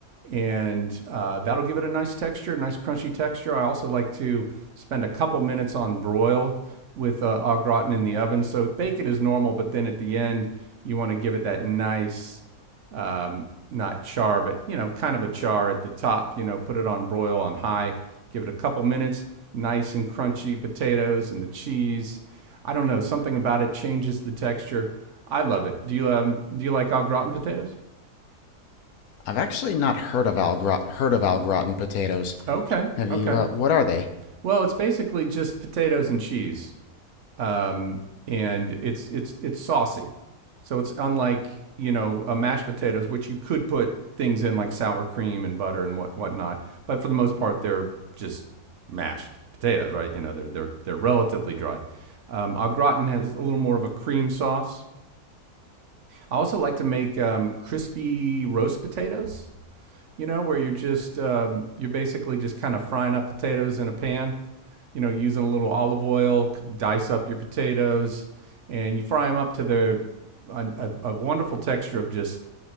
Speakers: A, on the right; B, on the left.
A: and uh, that'll give it a nice texture, nice crunchy texture. I also like to spend a couple minutes on broil with uh, au gratin in the oven. So bake it as normal, but then at the end you want to give it that nice, um, not char, but you know, kind of a char at the top. You know, put it on broil on high, give it a couple minutes, nice and crunchy potatoes and the cheese. I don't know, something about it changes the texture. I love it. Do you um, do you like au gratin potatoes?
B: I've actually not heard of al heard of al gratin potatoes.
A: Okay,
B: Have
A: okay.
B: you? Uh, what are they?
A: Well, it's basically just potatoes and cheese, um, and it's it's it's saucy. So it's unlike you know a mashed potatoes, which you could put things in like sour cream and butter and what whatnot. But for the most part, they're just mashed potatoes, right? You know, they're they're they're relatively dry. Um, au gratin has a little more of a cream sauce. I also like to make um, crispy roast potatoes you know, where you're just um, you're basically just kind of frying up potatoes in a pan. You know, using a little olive oil, dice up your potatoes, and you fry them up to the a, a, a wonderful texture of just